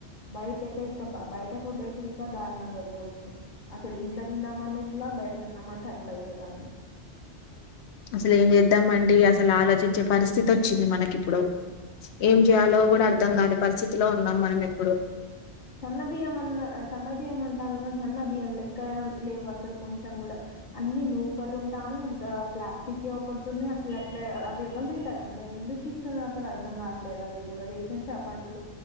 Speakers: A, on the left (about 45°); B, on the left (about 75°).
A: బయట అయితే ఇంకా బయట ఫుడ్ అయితే ఇంకా దారుణంగా అయిపోతుంది. అసలు ఇంట్ల తిందామన్నా ఇట్లా బయట తిందామంటే అట్లా అయిపోతాంది.
B: అసలు ఏం చేద్దాంమండీ అసలు ఆలోచించే పరిస్థితి వచ్చింది మనకిప్పుడూ. ఏం జేయాలో గూడా అర్థం గానీ పరిస్థితి లో ఉన్నాం మనం ఇప్పుడు.
A: సన్న బియ్యం అన్న సన్న బియ్యం అంటాన్లు గాని, సన్నా బియ్యం లెక్కా లేవు అసల్ కొంచెం గూడా. అన్నీ నూకల్ ఉంటానై అంతా ప్లాస్టిక్ యీ అవు పడుతున్నాయి అసలు అట్లే అవి ఎవ్వల్ తింటారు అన్ని ఎందుకు ఇస్తున్నార్ అసల్ అర్ధం కావట్లేదు. అవి గూడా రేషన్ షాప్ అంటూ